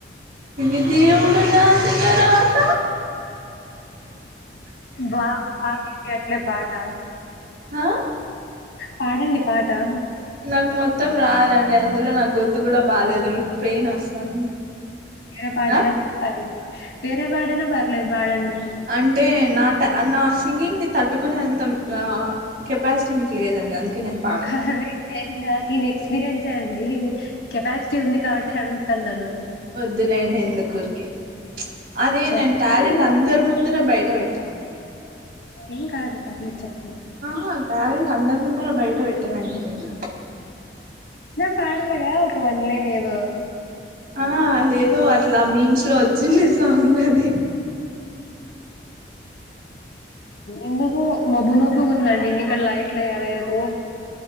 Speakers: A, on the right (about 55°); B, on the left (about 80°).
A: ఇది దేవుడు రాసిన రాత
B: వావ్ పాటలు ఇంక ఏట్లే పాడు టాస్క్
A: ఆ
B: పాడండి పాటా
A: నాకు మొత్తం రాదండి అందులో నాకు గొంతు గుడా బాలేదు పెయిన్ వస్తుంది
B: ఏ పాట
A: ఆ
B: అయినా పాడు వెరే పాట అయిన పర్లేదు పడండి
A: అంటే నా నా సింగింగ్ ని తట్ పట్టుకునే అంత ఆ కెపాసిటీ మీకు లేదండి అందుకే నేను పాడను
B: అరే నాకు ఇది ఎక్స్పీరియన్సే అండి కెపాసిటీ ఉంది కాబట్టి అడుగుతాను నను
A: వద్దులెండి ఎందుకు ఓరికే అదే
B: చెప్తాలేండి
A: నేను టాలెంట్ అందరి ముందర బయట ఇ పెట్టను
B: ఏం కాదు పర్లేదు చేపండి
A: ఆహా ట్యాలెంట్ అందరు ముందర బయట పెత్తనండి నేను
B: పాడరుగా ఒక వన్లైన్ ఏదో
A: ఆ అదేదో అట్లా మీమ్స్ ఇట్లా వచ్చింది సాంగ్ అది
B: ఎందుకు మబ్బు మబ్బుగా ఉందండి ఇంక ఇక్కడ లైట్లు వయ్యలేదు